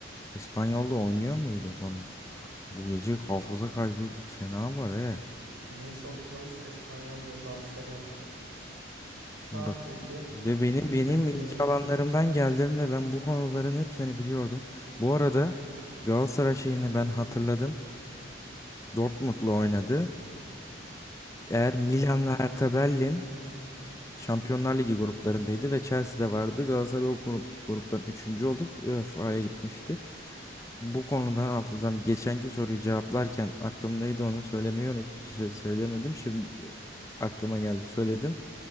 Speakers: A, on the left; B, on the right.
A: İspanyol'da oynuyor muydu lan? Bu gece hafıza kaybı fena var he.
B: News Old Boys Espanyol ve Barcelona. Sadece
A: Bak ve benim
B: bir
A: benim
B: takımda
A: ilgi
B: oynamadı.
A: alanlarımdan geldim ve ben bu konuların hepsini biliyordum. Bu arada Galatasaray şeyini ben hatırladım. Dortmund'la oynadı.
B: Evet.
A: Eğer Milan ve Hertha Berlin Şampiyonlar Ligi gruplarındaydı ve Chelsea'de vardı. Galatasaray o grup, gruptan üçüncü olup UEFA'ya gitmişti. Bu konuda hafızam geçenki soruyu cevaplarken aklımdaydı onu söylemeyi unut şey, söylemedim. Şimdi aklıma geldi söyledim.